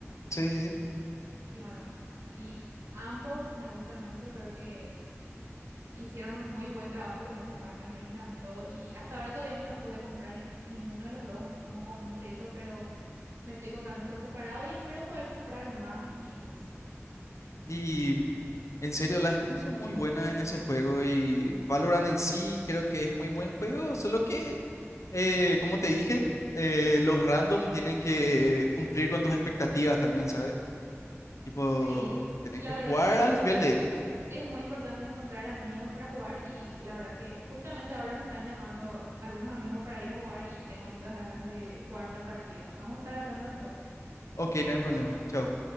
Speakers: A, on the left (about 80°); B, on the right (about 65°).
A: sí, sí, sí.
B: Y bueno, y ambos me gustan mucho, creo que Hicieron un muy buen trabajo con ese pack, a mí me encantó y hasta ahora todavía no me pude comprar ninguno de los dos así como completo, pero me estoy comprando por separado y espero poder comprar más skins.
A: Y en serio, las skins son muy buenas en ese juego y Valorant en sí creo que es muy buen juego, solo que, eh, como te dije, eh, los random tienen que cumplir con tus expectativas también, ¿sabes? Tipo,
B: Sí,
A: tenés
B: la
A: que
B: verdad
A: jugar
B: que yo
A: al
B: creo
A: nivel
B: que
A: de ellos.
B: es muy importante encontrar amigos para jugar y la verdad que justamente ahora me están llamando algunos amigos para ir a jugar y tengo muchas ganas de jugar una partida. Vamos a estar hablando después.
A: Ok, no hay problema. Chao.